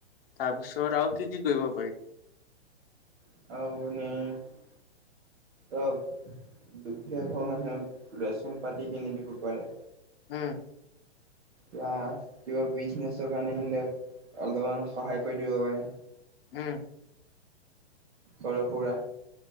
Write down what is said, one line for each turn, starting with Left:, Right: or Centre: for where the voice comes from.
Left: তাৰপিছত আৰু কি কি কৰিব পাৰি?
Right: <inaudible> দুখীয়া ঘৰ মানুহে ৰেচন পাতি কিনি দিব পাৰে।
Left: উম।।
Right: কিবা বিজনেচৰ কাৰণে সিহঁতক অলপমান সহায় কৰি দিব পাৰে।
Left: উম।।
Right: সৰু সুৰা।